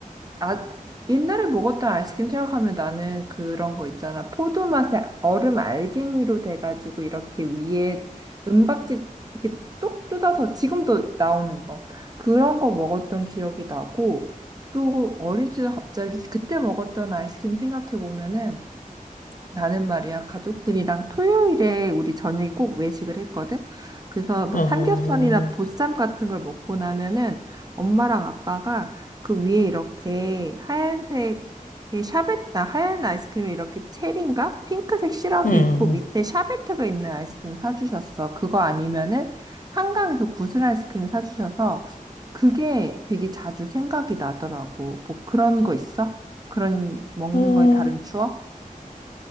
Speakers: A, on the right (about 25°); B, on the left (about 70°).
A: 아, 옛날에 먹었던 아이스크림 생각하면 나는 그런 거 있잖아. 포도 맛에 얼음 알갱이로 돼가지고 이렇게 위에 은박지 이렇게 똑 뜯어서 지금도 나오는 거. 그런 거 먹었던 기억이 나고 또 어린 시절 갑자기 그때 먹었던 아이스크림 생각해 보면은 나는 말이야, 가족들이랑 토요일에 우리 저녁에 꼭 외식을 했거든. 그래서 뭐
B: 어,
A: 삼겹살이나 보쌈 같은 걸 먹고 나면은 엄마랑 아빠가 그 위에 이렇게 하얀색의 샤베트, 아, 하얀 아이스크림에 이렇게 체리인가? 핑크색 시럽이
B: 음,
A: 있고 밑에 샤베트가 있는 아이스크림 사주셨어. 그거 아니면은 한강에서 구슬 아이스크림 사주셔서 그게 되게 자주 생각이 나더라고. 뭐 그런 거 있어? 그런 먹는
B: 음,
A: 거에 다른 추억?